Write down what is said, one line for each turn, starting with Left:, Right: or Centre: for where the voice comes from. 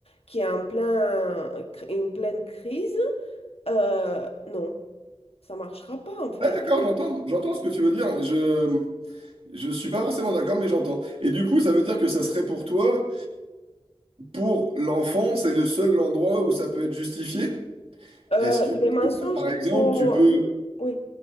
Left: qui est en plein, une pleine crise, euh, non, ça marchera pas en fait.
Right: Ah d'accord, j'entends, j'entends ce que tu veux dire, mais je je suis pas forcément d'accord, mais j'entends. Et du coup, ça veut dire que ça serait pour toi. pour l'enfant, c'est le seul endroit où ça peut être justifié?
Left: Euh,
Right: Est-ce que,
Left: les mensonges
Right: par
Left: qui
Right: exemple,
Left: vont...
Right: tu peux...
Left: Oui,